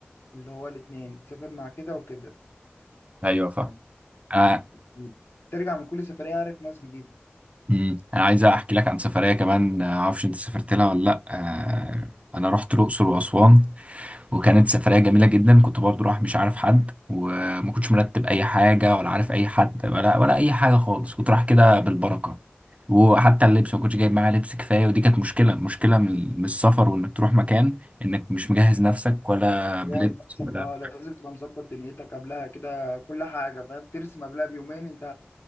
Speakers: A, on the left; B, on the right.
A: اللي هو الاتنين تسافر مع كده وكده
B: ايوه فاهم
A: يعني
B: آه.
A: فاهم؟ ترجع من كل سفرية عارف ناس جديدة
B: أمم. انا عايز احكي لك عن سفريه كمان آه، معرفش انت سافرت لها ولا لا آه. انا رحت الاقصر واسوان وكانت سفرية جميلة جدا كنت برضو رايح مش عارف حد وما كنتش مرتب أي حاجة ولا عارف أي حد ولا ولا أي حاجة خالص كنت رايح كده بالبركة وحتى اللبس ما كنتش جايب معايا لبس كفاية ودي كانت مشكلة مشكلة من من السفر وإنك تروح مكان إنك مش مجهز نفسك ولا
A: مش مجهز
B: بلبس
A: نفسك
B: ولا
A: اه لازم تبقى مظبط دنيتك قبلها كده كل حاجة فاهم ترسم قبلها بيومين انت